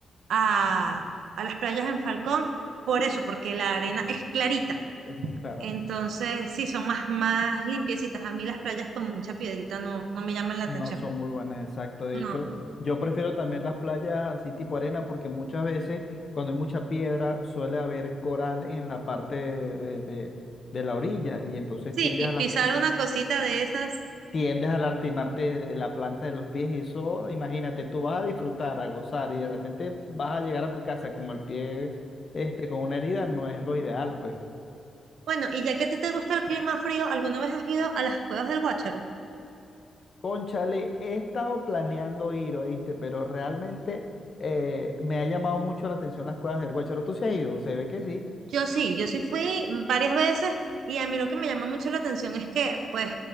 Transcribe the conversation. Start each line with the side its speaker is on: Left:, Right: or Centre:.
Right: a, a las playas en Falcón, por eso, porque la arena es clarita.
Left: es muy claro.
Right: Entonces, sí, son más, más limpiecitas. A mí las playas con mucha piedrita no, no me llaman la atención.
Left: No son muy buenas, exacto. De
Right: No.
Left: hecho, yo prefiero también las playas así tipo arena porque muchas veces cuando hay mucha piedra suele haber coral en la parte de, de- de- de la orilla y entonces
Right: Sí,
Left: tiendes
Right: y
Left: a, las,
Right: pisar una cosita de esas.
Left: tiendes a lastimarte de la planta de los pies y eso, imagínate, tú vas a disfrutar, a gozar y de repente vas a llegar a tu casa con el pie, este, con una herida, no es lo ideal, pues.
Right: Bueno, y ya que a ti te gusta el clima frío, ¿alguna vez has ido a las cuevas del Guácharo?
Left: Cónchale, he estado planeando ir, oíste, pero realmente eh, me ha llamado mucho la atención las cuevas del Guácharo. ¿Tú se has ido? Se ve que sí.
Right: Yo sí, yo sí fui varias veces y a mí lo que me llama mucho la atención es que, pues,